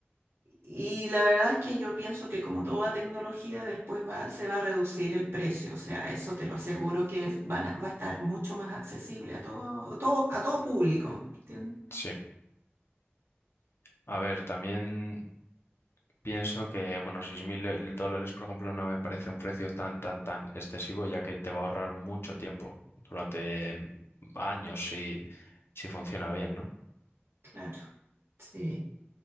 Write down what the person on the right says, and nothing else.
Y la verdad es que yo pienso que como toda tecnología después va, se va a reducir el precio, o sea, eso te lo aseguro que es- van a- va a estar mucho más accesible a todo, todo, a todo público, ¿entiendes?
Claro, sí.